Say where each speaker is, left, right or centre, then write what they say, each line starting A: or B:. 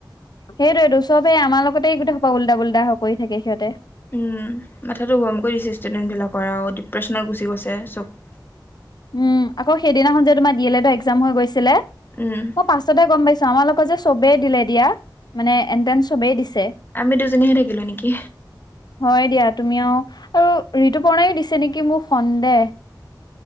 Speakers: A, on the left; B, on the left.
A: সেইটোৱটো চবেই আমাৰ লগতে গোটেই সোপা উলত পোলতাবোৰ কৰি থাকে সিহঁতে।
B: উম মাথাটো গৰম কৰি দিছে ষ্টুডেন্ট বিলাকৰ আৰু ডিপ্ৰেশচনত গুচি গৈছে চব।
A: উম আকৌ সেইদিনাখন যে তোমাৰ ডি এল এডৰ একজাম হৈ গৈছিলে।
B: উম।
A: অই পাছতহে গম পাইছো আমা লগৰ যে চবেই দিলে দিয়া মানে এণ্ট্ৰেঞ্চ চবেই দিছে।
B: আমি দুজনীহে থাকিলো নেকি।
A: হয়, দিয়া তুমি আৰুও আৰু ঋতুপৰ্ণায়ো দিছে নেকি, মোৰ সন্দেহ?